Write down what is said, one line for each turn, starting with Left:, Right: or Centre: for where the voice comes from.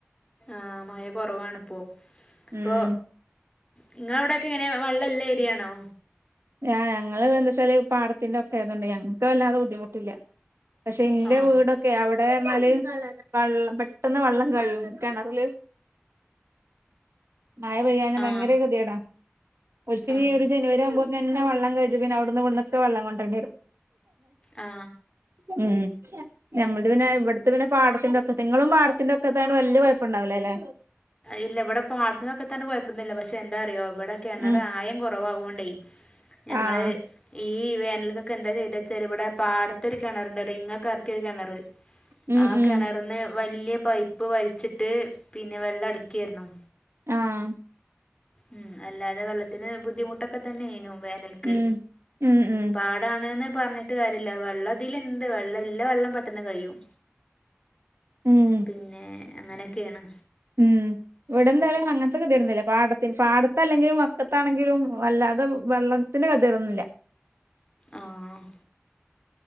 Left: ആഹ മഴ കുറവാണിപ്പോ അപ്പൊ
Right: ഉം
Left: നിങ്ങളെ അവിടെയൊക്കെ എങ്ങനെ വെള്ളല്ലരിയാണോ
Right: യാ ഞങ്ങള് എന്താച്ചാൽ പാടത്തിന്റെ ഒക്കെ ഏരിയതോണ്ട് ഞങ്ങൾക്ക് വല്ലാതെ ബുദ്ധിമുട്ടില്ല പക്ഷെ ഇന്റെ
Left: ആ
Right: വീടൊക്കെ അവിടെ ന്നാല് വള് പെട്ടെന്ന് വെള്ളം കഴിയും കെണറില് മഴ പെയ്യാഞ്ഞ
Left: ആ
Right: ഭയങ്കര കെതിയേടാ ഒൽക്കിന്
Left: ആ
Right: ഒരു ജനുവരി ആവുമ്പോ ന്നെ വെള്ളം കഴിഞ്ഞ പിന്നെ അവിടുന്ന് വിട്ന്നൊക്കെ വെള്ളം കൊണ്ടരേണ്ടി വരും
Left: ആ
Right: ഉം ഞമ്മൾ പിന്നെ ഇവിട്ത്തെ പിന്നെ പാടത്തിന്റെക്കെ ങ്ങളും പാടത്തിന്റെക്കെ തയോണ്ട് വല്യ കൊഴപ്പണ്ടാവൂല ല്ലേ
Left: ഇല്ല ഇവിടെ പാടത്തിന്റെ വക്കത്തായോണ്ട് തന്നെ കുഴപ്പൊന്നില്ല പക്ഷെ എന്താറിയോ ഇവിടെ കിണറ്
Right: ഉം
Left: ആയം കുറവായോണ്ടേ ഞങ്ങള്
Right: ആഹ്
Left: ഈ വേനൽ എന്താ ചെയ്തച്ചാല് ഇവിടെ പാടത്ത ഒരു കിണർണ്ട് റിങ്ങ് ഒക്കെ എർക്കിയ ഒരു കെണറ്
Right: ഉം
Left: ആഹ്
Right: ഉം
Left: കെണർന്ന് വലിയ പൈപ്പ് വലിച്ചിട്ട് പിന്നെ വെള്ളം അടിക്കയിരുന്നു
Right: ആഹ്
Left: ഉം അല്ലാതെ വെള്ളത്തിന് ബുദ്ധിമുട്ടൊക്കെ തന്നെ യിനു വേനൽക്ക്
Right: ഉം ഉം ഉം
Left: പാ ത്താണ്ന്ന് പറഞ്ഞിട്ട് കാര്യല്ല വെള്ളതില്ണ്ട് വെള്ളം നല്ല വെള്ളം പെട്ടെന്ന് കഴിഴും
Right: ഉം
Left: പിന്നെ അങ്ങനെക്കെണ്
Right: ഉം ഇവിടെ എന്തായാലും അങ്ങൻത്തെ കൊതിയെ കെതിയെടൊന്നില്ല പാടത്തി പാടത്തല്ലെങ്കിലും പക്കത്താണെങ്കിലും വല്ലാതെ വെള്ളത്തിന് കെതിയെടൊന്നില്ല
Left: ആഹ്